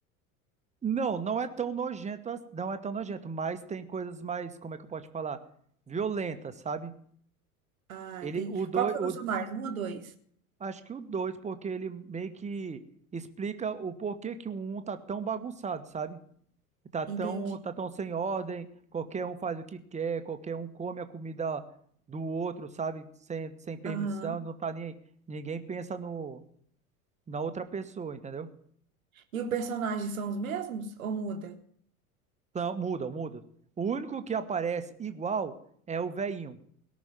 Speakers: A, on the right; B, on the right.
A: Não, não é tão nojento, as- não é tão nojento, mas tem coisas mais, como é que eu posso te falar? Violentas, sabe?
B: Ah,
A: Ele,
B: tem.
A: o 2,
B: Qual que você gostou mais? Um ou dois?
A: Acho que o 2 porque ele meio que explica o porquê que o um tá tão bagunçado, sabe? Tá tão,
B: Entendi.
A: tá tão sem ordem, qualquer um faz o que quer, qualquer um come a comida do outro, sabe? Sem, sem permissão,
B: Aham.
A: não tá nem aí. Ninguém pensa no, na outra pessoa, entendeu?
B: E os personagens são os mesmos ou muda?
A: Então, muda, muda. O único que aparece igual é o velhinho.